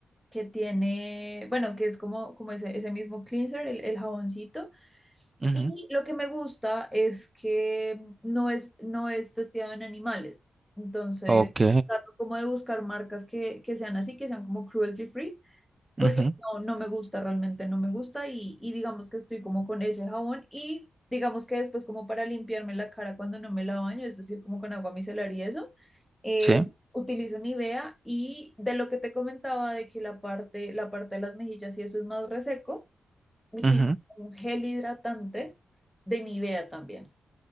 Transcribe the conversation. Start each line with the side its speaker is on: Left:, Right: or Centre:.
Centre: que tiene, bueno, que es como, como ese, ese mismo cleanser, el, el jaboncito,
Right: Ujú,
Centre: y lo que me gusta es que no es, no es testeado en animales, entonces
Right: Ok,
Centre: trato como de buscar marcas que, que sean así, que sean como cruelty free porque
Right: ujú,
Centre: no, no me gusta, realmente no me gusta y, y digamos que estoy como con ese jabón y digamos que después como para limpiarme la cara cuando no me la baño, es decir, como con agua micelar y eso, eh,
Right: sí,
Centre: utilizo Nivea y de lo que te comentaba de que la parte, la parte de las mejillas y eso es más reseco, utilizo
Right: ujú,
Centre: un gel hidratante de Nivea también.